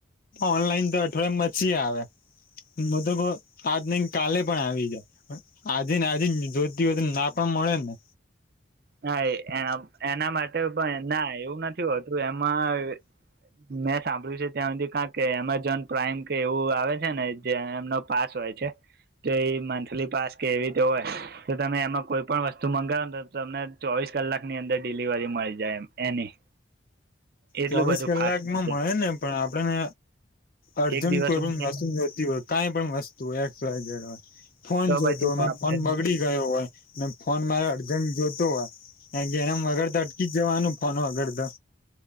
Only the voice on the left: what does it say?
ઓનલાઈન તો અઠવાડયમાં પછી આવે મ તો આજ નહી કાલે પણ આવી જાય આજે ને આજે જોતી હોય, ના પણ મળે ને
ચોવીસ
કલાક
માં
મળે ને પણ આપડને અર્જન્ટ
કોઈ પણ
વસ્તુ
નતી હોય કાંઈ પણ વસ્તુ હોય એકસયડ વાય <unintelligible> ફોન
જોતો
હોય
ફોન બગડી ગયો હોય, ફોન મારે અર્જન્ટ જોતો હોય ઘેમ વગર તો અટકી જ જવાનું ફોન વગર તો